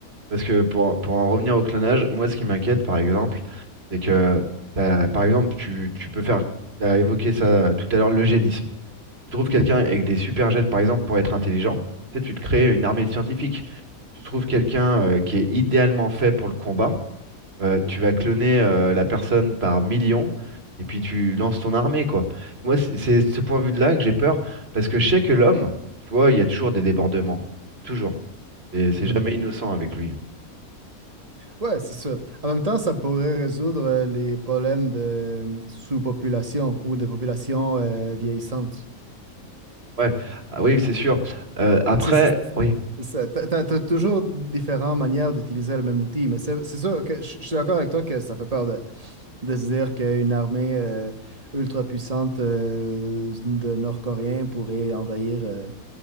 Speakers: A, on the right; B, on the right.
A: Parce que pour, pour en revenir au clonage, moi ce qui m'inquiète par exemple, c'est que t'as- par exemple tu, tu peux faire, tu as évoqué ça tout à l'heure, l'eugénisme. Tu trouves quelqu'un
B: mhm,
A: avec des super gènes par exemple pour être intelligent, tu sais, tu te crées une armée de scientifiques. Tu trouves quelqu'un euh, qui est idéalement fait pour le combat, euh, tu vas cloner euh, la personne par millions et puis tu lances ton armée quoi. Moi c'est c'est ce point de vue-là que j'ai peur parce que je sais que l'homme, tu vois, il y a toujours des débordements. Toujours. Et c'est
B: mhm.
A: jamais innocent avec lui.
B: Ouais, c'est sûr. En même temps, ça pourrait résoudre euh, les problèmes de euh, sous-population ou de population euh, vieillissante.
A: Ouais, ah oui, c'est sûr. Euh, après,
B: Parce que c'est
A: oui,
B: c'est ça. T'as, t'as- t'as toujours différentes manières d'utiliser le même outil, mais c'est c'est sûr que je je suis d'accord avec toi que ça fait peur de se dire qu'une armée euh, ultra puissante euh, de Nord-Coréens pourrait envahir euh,